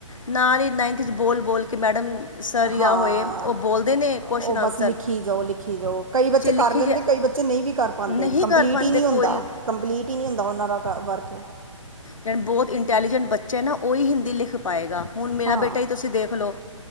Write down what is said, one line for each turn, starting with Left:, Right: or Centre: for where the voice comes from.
Left: ਨਾਲ ਈ ਨਾਈਨਥ ਚ ਬੋਲ-ਬੋਲ ਕੇ ਮੈਡਮ ਸਰ
Right: ਹਾਂ
Left: ਜਾਂ ਹੋਏ ਉਹ ਬੋਲਦੇ ਨੇ ਕੁਐਸਚਨ
Right: ਓ
Left: ਆਨਸਰ
Right: ਬਸ ਲਿਖੀ ਜਾਓ ਲਿਖੀ ਜਾਓ ਕਈ ਬੱਚੇ
Left: ਲਿਖੀ
Right: ਕਰ ਲੈਂਦੇ
Left: ਜਾ
Right: ਕਈ ਬੱ ਚੇ ਨਈ ਵੀ ਕਰ ਪਾਂਦੇ
Left: ਨਹੀਂ
Right: ਕੰਪਲੀਟ
Left: ਕਰ ਪਾਉਂਦੇ
Right: ਈ ਨੀ ਹੁੰਦਾ
Left: ਕੋਈ
Right: ਕੰਪਲੀਟ ਈ ਨੀ ਹੁੰਦਾ ਉਨਾਂ ਦਾ ਕ ਵਰਕ।
Left: ਜੇੜ੍ਹੇ ਬੋਤ ਇੰਟੈਲੀਜੈਂਟ ਬੱਚੇ ਐ ਨਾ ਓਈ ਹਿੰਦੀ ਲਿਖ ਪਾਏਗਾ ਹੁਣ ਮੇਰਾ
Right: ਹਾਂ
Left: ਬੇਟਾ ਈ ਤੁਸੀਂ ਦੇਖ ਲੋ